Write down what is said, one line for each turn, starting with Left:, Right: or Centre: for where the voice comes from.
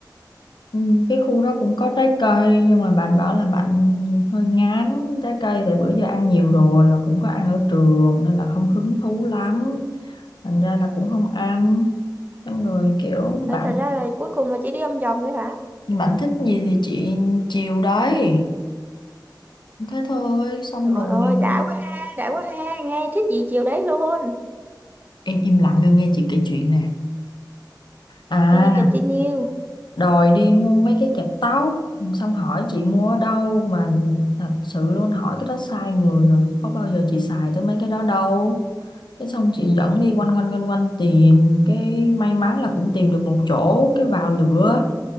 Left: Ừ, cái khu đó cũng có trái cây nhưng mà bạn bảo là bạn hơi ngán trái cây tại bữa giờ ăn nhiều rồi và cũng có ăn ở trường nên là không hứng thú lắm thành ra là cũng không ăn xong rồi kiểu
Right: Ờ,
Left: bạn
Right: Thật ra là cuối cùng là chỉ đi ăn vòng thôi hả?
Left: bạn thích gì thì chị chiều đấy thế thôi xong
Right: Trời
Left: rồi
Right: ơi, đã
Left: ờ,
Right: quá ha, đã quá ha, nghe thích gì chiều đấy luôn.
Left: em im lặng nghe nghe chị kể chuyện nè à
Right: To be continue.
Left: đòi đi mua mấy cái kẹp tóc xong hỏi chị mua ở đâu mà thật sự luôn hỏi cái đó sai người rồi có bao giờ chị xài tới mấy cái đó đâu Thế xong chị dẫn đi quanh quanh quanh quanh tìm cái may mắn là cũng tìm được một chỗ cái vào lửa